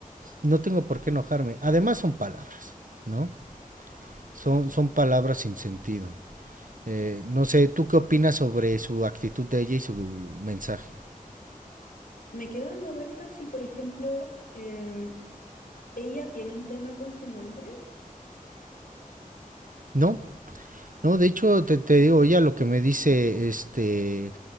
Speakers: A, on the right; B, on the left.
A: No tengo por qué enojarme. Además son palabras, ¿no? Son, son palabras sin sentido. Eh, no sé, ¿tú qué opinas sobre su actitud de ella y su mensaje?
B: Me quedo dando vueltas si, por ejemplo, em, ella tiene un tema con su nombre.
A: No, no, de hecho te, te digo, ella lo que me dice, este,